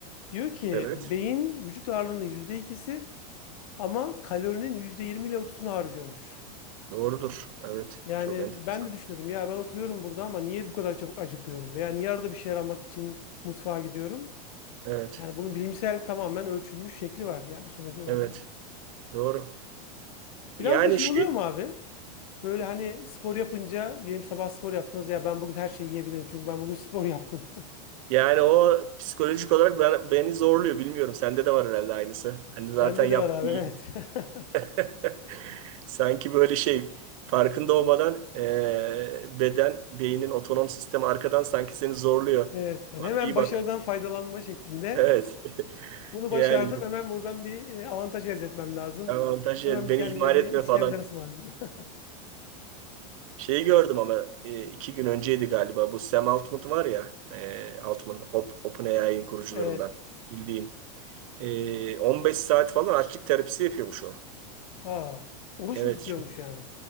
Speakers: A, on the left; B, on the right.
A: Diyor ki
B: Evet
A: beyin vücut ağırlığının yüzde ikisi ama kalorinin %20 ile 30'unu harcıyormuş.
B: doğrudur evet
A: Yani
B: çok enteresan
A: ben de düşünüyordum ya ben oturuyorum burada ama niye bu kadar çabuk acıkıyorum? Veya niye arada bir şeyler almak için mutfağa gidiyorum?
B: evet
A: Yani bunun bilimsel tamamen ölçülmüş şekli var yani sonucu var.
B: evet doğru.
A: Biraz
B: Yani
A: da şey
B: şey
A: oluyor mu abi? Böyle hani spor yapınca diyelim sabah spor yaptınız ya ben bugün her şeyi yiyebilirim çünkü ben bugün spor yaptım.
B: Yani o psikolojik olarak ben, beni zorluyor. Bilmiyorum. Sende de var herhalde aynısı. Hani
A: <laughs>
B: zaten
A: Bende
B: yaptım
A: de var abi evet.
B: iyi.
A: <laughs>
B: <laughs> Sanki böyle şey farkında olmadan eee, beden, beynin otonom sistemi arkadan sanki seni zorluyor.
A: Evet, yani
B: Bak
A: hemen
B: iyi
A: başarıdan
B: bak.
A: faydalanma şeklinde.
B: Evet. <laughs>
A: Bunu
B: Yani
A: başardım,
B: bu
A: hemen buradan bir e, avantaj elde etmem lazım.
B: avantaj
A: Hemen
B: el-
A: bir
B: beni
A: kendime
B: ihmal
A: bir
B: etme
A: İskender
B: falan.
A: ısmarlayayım. <laughs>
B: Şeyi gördüm ama e, iki gün önceydi galiba. Bu Sam Altman var ya e, Altman Op, OpenAI'nin kurucularından
A: Evet.
B: bildiğin. E, 15 saat falan açlık terapisi yapıyormuş o.
A: Aa, oruç
B: Evet.
A: mu tutuyormuş
B: şu-
A: yani?